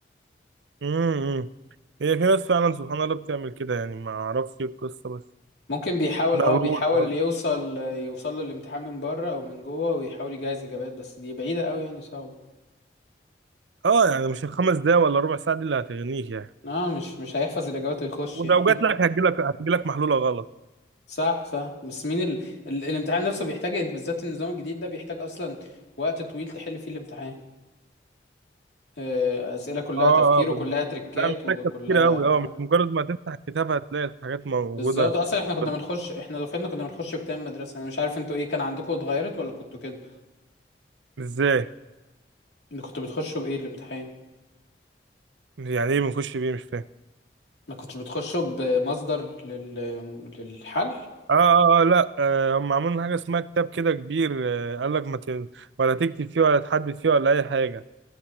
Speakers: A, on the right; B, on the left.
A: امم هي في ناس فعلا سبحان الله بتعمل كده يعني ما اعرفش القصة بس
B: ممكن بيحاول
A: ده
B: اه
A: غرور
B: بيحاول
A: ده
B: يوصل يوصل له الامتحان من بره او من جوه ويحاول يجهز اجابات بس دي بعيدة قوي يعني صعبة
A: اه يعني مش الخمس دقايق ولا ربع ساعة دي اللي هتغنيك يعني
B: اه مش مش هيحفظ الاجابات ويخش
A: ولو
B: يعني
A: جات لك هتجي لك هتجي لك محلوله غلط
B: <laughs> صح صح بس مين ال... ال... الامتحان نفسه بيحتاج انت بالذات النظام الجديد ده بيحتاج اصلا وقت طويل تحل فيه الامتحان آه، أسئلة كلها
A: اه
B: تفكير
A: اه بال-
B: وكلها تريكات
A: لا محتاج
B: وكلها
A: تفكير قوي
B: آه.
A: اه مش مجرد ما تفتح الكتاب هتلاقي الحاجات موجوده
B: بالظبط اصلا احنا كنا
A: طب
B: بنخش احنا دفعتنا كنا بنخش بكام مدرسة انا مش عارف انتوا ايه كان عندكم اتغيرت ولا كنتوا كده
A: ازاي
B: انتوا كنتوا بتخشوا بايه الامتحان
A: يعني ايه بنخش بيه مش فاهم
B: ما كنتش بتخشوا بمصدر لل... للحل
A: اه اه اه لا آه هم عاملين حاجه اسمها كتاب كده كبير آه قال لك ما ت... ولا تكتب فيه ولا تحدد فيه ولا اي حاجه